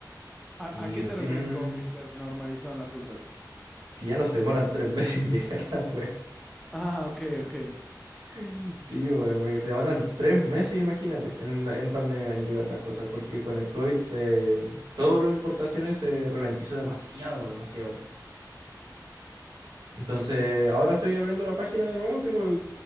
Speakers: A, in the centre; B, on the right.
A: ¿A,
B: y
A: a qué
B: recién
A: te referís con que se normalizaron las rutas?
B: que ya no se demoran tres <laughs> meses en llegar la wea.
A: Ah, ok, ok,
B: <laughs> Sí, weón, porque se demoran tres meses, imagínate, en, la- en pandemia en llegar las cosas, porque con el COVID se, todas las importaciones se ralentizó demasiado, demasiado. Entonces, ahora estoy abriendo la página de nuevo, tengo